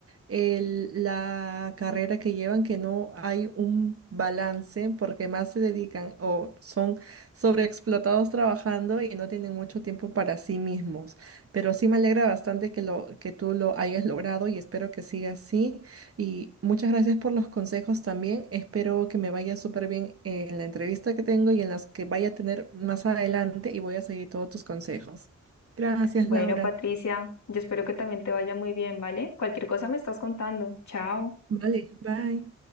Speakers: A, on the right; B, on the left.
A: el- la carrera que llevan, que no hay un balance porque más se dedican o son sobreexplotados trabajando y no tienen mucho tiempo para sí mismos. Pero sí me alegra bastante que lo que tú lo hayas logrado y espero que siga así. Y muchas gracias por los consejos también. Espero que me vaya súper bien en la entrevista que tengo y en las que vaya a tener más adelante y voy a seguir todos tus consejos. Gracias,
B: Bueno,
A: Laura.
B: Patricia, yo espero que también te vaya muy bien, ¿vale? Cualquier cosa me estás contando. Chao.
A: Vale, bye.